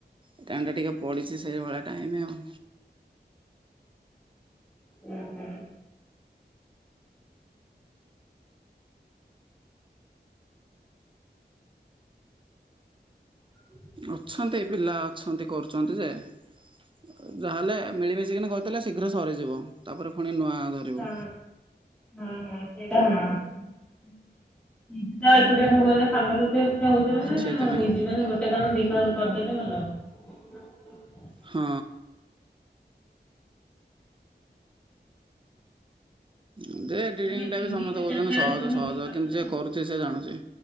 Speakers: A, on the right; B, in the centre.
A: ଏ ଟାଇମ୍ ଟା ଟିକେ ପଡ଼ିଚି ସେଇ ଭଳିଆ ଟାଇମ୍ ଆଉ।
B: ଉଁ ହୁଁ। ହ
A: ଅଛନ୍ତି ପିଲା ଅଛନ୍ତି କରୁଚନ୍ତି ଯେ। ଅ ଯାହା ହେଲେ ମିଳିମିଶିକିନି କରିଦେଲେ ଶୀଘ୍ର ସରିଯିବ ତାପରେ ଫୁଣି ନୂଆ ଧରିବୁ
B: ହଁ ହୁଁ ହୁଁ। ଏଇଟା ହଁ ନିଜେ ତ ଏକୁଟିଆ ସବୁ କରିବ ସଙ୍ଗ ସାଥୀ ଯେ ହୋଉଚ ନାଁ
A: ସେଇଥିପାଇଁ
B: ନିଜେ
A: ଆଉ।
B: ମାନେ ଗୋଟେ ଦଣ ଦି ଫାଳ କରିଦେଲେ ଭଲ ହବ।
A: ହଁ। ଉଁ ଯେ ଏଡ଼ିଟିଙ୍ଗ୍
B: ତମେ
A: ଟା
B: ତିନିଟା
A: ବି ସମସ୍ତେ କହୁଚନ୍ତି
B: ଚାରିଟାରେ
A: ସହଜ
B: ଶୋଇକି
A: ସହଜ
B: ସାତଟା
A: କିନ୍ତୁ ଯିଏ କରୁଚି ସିଏ ଜାଣୁଚି।